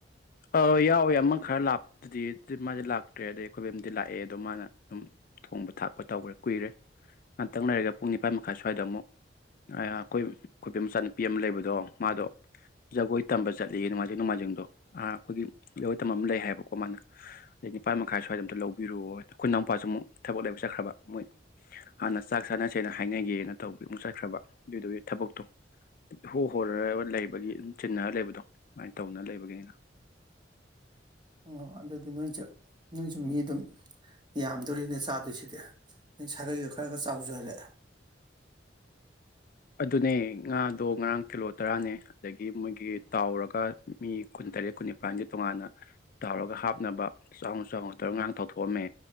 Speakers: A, on the left (about 50°); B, on the right (about 25°).
A: ꯑ ꯌꯥꯎꯋꯦ ꯑꯃ ꯈꯔ ꯂꯥꯄꯗꯨꯗꯤ ꯃꯥꯗꯤ ꯂꯥꯛꯇ꯭ꯔꯦ ꯑꯗꯩ ꯑꯩꯈꯣꯏꯕꯦꯝꯗꯤ ꯂꯥꯛꯑꯦ ꯑꯗꯣ ꯃꯥꯅ ꯑꯨꯝ ꯊꯣꯡꯕ ꯊꯥꯛꯄ ꯇꯧꯒ꯭ꯔꯦ ꯀꯨꯏꯔꯦ ꯉꯥꯛꯇꯪ ꯂꯩꯔꯒ ꯄꯨꯡ ꯅꯤꯄꯥꯟ ꯃꯈꯥꯏ ꯁ꯭ꯋꯥꯏꯗ ꯑꯃꯨꯛ ꯑ ꯑꯈꯣꯏ ꯑꯈꯣꯏꯕꯦꯝ ꯃꯆꯥꯅꯨꯄꯤ ꯑꯃ ꯂꯩꯕꯗꯣ ꯃꯥꯗꯣ ꯖꯒꯣꯏ ꯇꯝꯕ ꯆꯠꯂꯤꯌꯦ ꯅꯣꯡꯃꯥꯏꯖꯤꯡ ꯅꯣꯡꯃꯥꯏꯖꯤꯡꯗꯣ ꯑ ꯑꯈꯣꯏꯒꯤ ꯖꯒꯣꯏ ꯇꯝꯕ ꯑꯃ ꯂꯩ ꯍꯥꯏꯌꯦꯕꯀꯣ ꯃꯥꯅ ꯑꯗꯩ ꯅꯤꯄꯥꯥꯟ ꯃꯈꯥꯏ ꯁ꯭ꯋꯥꯏꯗ ꯑꯝꯇ ꯂꯧꯕꯤꯔꯨꯑꯏ ꯑꯈꯣꯏ ꯅꯥꯎꯄꯥꯁꯨ ꯑꯃꯨꯛ ꯊꯕꯛ ꯂꯩꯕ ꯆꯠꯈ꯭ꯔꯕ ꯃꯣꯏ ꯍꯥꯟꯅ ꯆꯥꯛ ꯆꯥꯅꯁꯦꯅ ꯍꯥꯏꯅꯒꯦꯅ ꯇꯧꯕ ꯑꯃꯨꯛ ꯆꯠꯈ꯭ꯔꯕ ꯑꯗꯨꯏꯗꯨꯒꯤ ꯊꯕꯛꯇꯣ ꯍꯣ ꯍꯣꯔꯔ ꯂꯩꯕꯒꯤ ꯑꯗꯨꯝ ꯆꯤꯟꯅꯔ ꯂꯩꯕꯗꯣ ꯁꯃꯥꯏꯅ ꯇꯧꯅ ꯂꯩꯕꯒꯤꯅꯤꯗ
B: ꯑꯣ ꯑꯗꯨꯗꯤ ꯅꯣꯏꯁꯖꯨ ꯅꯣꯏꯖꯨ ꯃꯤ ꯑꯗꯨꯝ ꯌꯥꯝꯗꯣꯔꯤꯅꯦ ꯆꯥꯗꯣꯏꯁꯤꯗꯤ ꯅ ꯁꯥꯒꯩꯒ ꯈꯔꯒ ꯆꯥꯎꯖꯔꯦ
A: ꯑꯗꯨꯅꯦ ꯉꯥꯗꯣ ꯉꯔꯥꯡ ꯀꯤꯜꯂꯣꯠ ꯇꯔꯥꯅꯦ ꯑꯗꯒꯤ ꯃꯣꯏꯒꯤ ꯇꯥꯎꯔꯒ ꯃꯤ ꯀꯨꯟ ꯇꯔꯦꯠ ꯀꯨꯟ ꯅꯤꯄꯥꯟꯒꯤ ꯇꯣꯉꯥꯟꯅ ꯇꯥꯎꯔꯒ ꯍꯥꯞꯅꯕ ꯆꯥꯎꯅ ꯆꯥꯎꯅ ꯇꯥꯎꯔꯒ ꯉꯔꯥꯡ ꯇꯥꯎꯊꯣꯛꯑꯝꯃꯦ